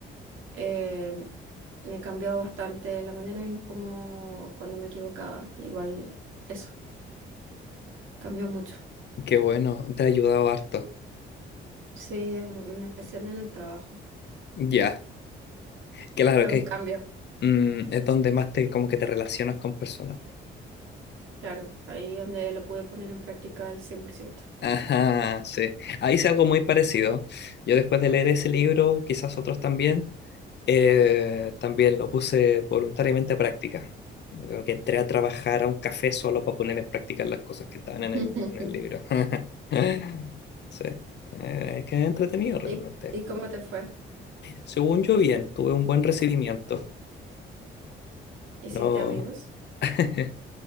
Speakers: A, on the right; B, on the left.
A: eh, me cambió bastante la manera en cómo cuando me equivocaba. Igual eso cambió mucho.
B: Qué bueno, te ha ayudado harto.
A: Sí, en especial en el trabajo.
B: Ya, claro
A: Fue
B: que
A: un cambio,
B: mm, es donde más te como que te relacionas con personas.
A: claro, ahí donde lo pude poner en práctica al cien por ciento
B: Ajá, sí. Ahí hice algo muy parecido. Yo después de leer ese libro, quizás otros también, Eh, también lo puse voluntariamente a práctica. Como que entré a trabajar a un café solo para poner en práctica las cosas que estaban
A: <laughs>
B: en el, en el libro. <laughs> Sí. Eh, es que es entretenido realmente.
A: ¿Y, y cómo te fue?
B: Según yo, bien, tuve un buen recibimiento.
A: ¿Hiciste
B: No
A: amigos?
B: <laughs>